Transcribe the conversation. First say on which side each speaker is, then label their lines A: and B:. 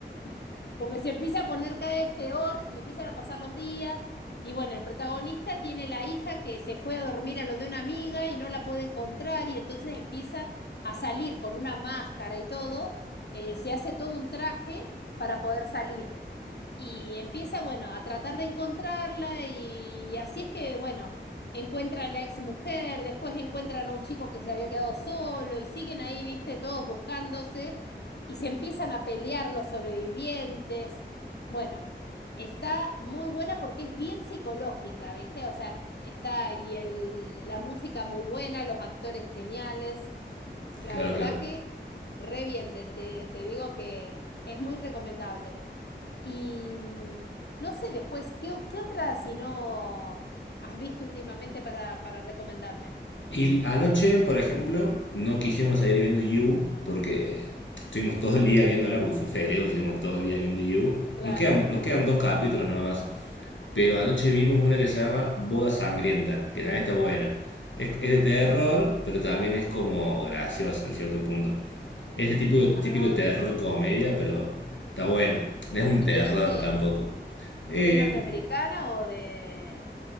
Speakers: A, on the left (about 65°); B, on the left (about 85°).
A: <laughs> porque se empieza a poner cada vez peor y empiezan a pasar los días. Y bueno, el protagonista tiene la hija que se fue a dormir a lo de una amiga y no la puede encontrar y entonces empieza a salir con una máscara y todo, eh, se hace todo un traje para poder salir. Y empieza, bueno, a tratar de encontrarla y, y así es que, bueno, encuentra a la ex mujer, después encuentran a un chico que se había quedado solo y siguen ahí, viste, todos buscándose y se empiezan a pelear los sobrevivientes. Bueno, está muy buena porque es bien psicológica, viste, o sea, está y el, la música muy buena, los actores geniales. La
B: Claro,
A: verdad
B: claro.
A: que re bien, te, te, te digo que es muy recomendable. Y mm, no sé después, ¿qué, o- qué otra si no has visto últimamente para, para recomendarme?
B: Y anoche, por ejemplo, no quisimos seguir viendo You porque estuvimos todo el día viéndola, porque fue febrero, estuvimos todo el día viendo You.
A: Claro.
B: Nos quedan, nos
A: <laughs>
B: quedan dos capítulos nada más. Pero
A: Ah,
B: anoche vimos una que se llama Boda Sangrienta, que también está buena. Es, es de
A: ah,
B: terror, pero también es como graciosa en cierto punto. Es de tipo,
A: ah.
B: típico terror comedia, pero está bueno. No es un
A: ¿Y
B: terror
A: de dónde
B: tampoco.
A: es?
B: Eh,
A: ¿Es norteamericana o de,